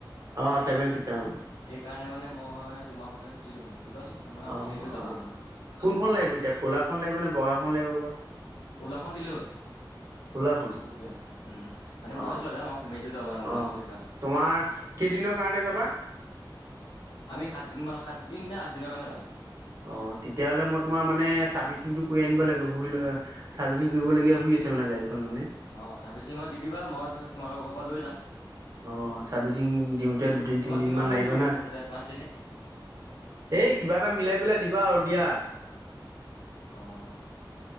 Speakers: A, on the right (about 45°); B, on the left (about 75°).
A: অঁ, চেভেন চিটাৰ অঁ।
B: সেইকাৰণে মানে মই তোমাৰখনে খুজিলো মানে, দিবাচোন মানে আমাৰ
A: অ
B: ফেমিলটো যাব
A: অ
B: মানে।
A: কোনখন লাগিব এতিয়া, ক'লাখন লাগিব নে বগাখন লাগিব বা?
B: ক'লাখন দিলেই হ'ল।
A: ক'লাখন
B: স্কৰপিয়নখন উম, মানে
A: অ
B: মই চলাই যাম, আৰু ফেমিলিটো যাব মানে উমৰাংচুৰ
A: অ
B: সেইকাৰণে।
A: তোমাৰ কেইদিনৰ কাৰণে যাবা?
B: আমি সাত দিন মান সাত দিন নে আঠ দিনৰ কাৰণে যাম।
A: অহ', তেতিয়াহ'লে মই তোমাৰ মানে চাৰ্ভিচিংটো কৰি আনিব লাগে কৰিলো হয়। চাৰ্ভিচিং কৰিবলগীয়া হৈ আছে মানে গাড়ীখন মানে।
B: অ' চাৰ্ভিচিঙত দি দিবা মই তাৰপিছত তোমালোকৰ ঘৰৰ পৰা লৈ যাম।
A: অ', চাৰ্ভিচিং দিওঁতে দুদিন
B: তোমাক
A: তিনদিনমান
B: কিমান মান
A: লাগিব
B: দিব
A: নে?
B: পইচাটো এডভান্স এনে
A: এই কিবা এটা মিলাই পেলাই দিবা আৰু দিয়া।
B: অ',